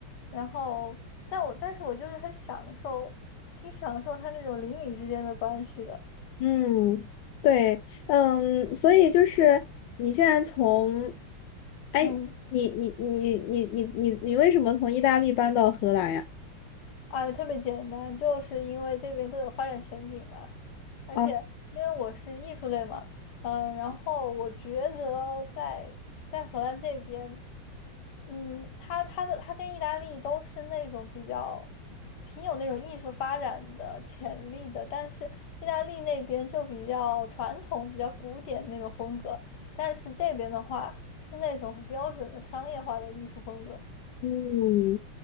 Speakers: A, on the left (about 55°); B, on the left (about 75°).
A: 然后但我但是我就是很享受，挺享受他那种邻里之间的关系的。
B: 嗯，对，嗯，所以就是你现在从，哎，
A: 嗯。
B: 你你你你你你你为什么从意大利搬到荷兰呀？
A: 哎，特别简单，就是因为这边更有发展前景了，而且因为我是艺术类嘛，
B: 啊，
A: 嗯，然后我觉得在在荷兰这边，嗯，它它的它跟意大利都是那种比较挺有那种艺术发展的潜力的，但是意大利那边就比较传统、比较古典那种风格，但是这边的话是那种很标准的商业化的艺术风格，
B: 嗯